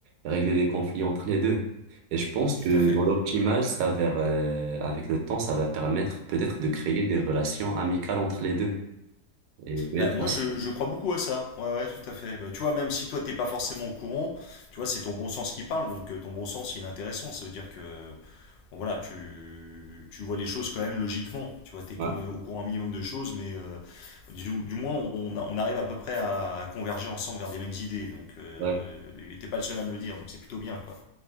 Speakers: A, on the right; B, on the left.
A: régler les conflits entre les deux. Et je pense que
B: Tout à fait.
A: dans l'optimal, ça va, euh, avec le temps, ça va permettre peut-être de créer des relations amicales entre les deux. Et peut-être
B: Bah, moi,
A: là, c'est-
B: je, je crois beaucoup à ça. Ouais, ouais, tout à fait. Bah, tu vois, même si toi, t'es pas forcément au courant, tu vois, c'est ton bon sens qui parle. Donc, euh, ton bon sens, il est intéressant. Ça veut dire que, bon, voilà, tu, tu vois les choses quand même logiquement. Tu vois, t'es co-
A: ouais,
B: au courant un minimum de choses, mais euh, du, du moins, on, a- on arrive à peu près à, à converger ensemble vers des mêmes idées. Donc, euh,
A: ouais,
B: t'es pas le seul à me le dire. Donc, c'est plutôt bien, quoi.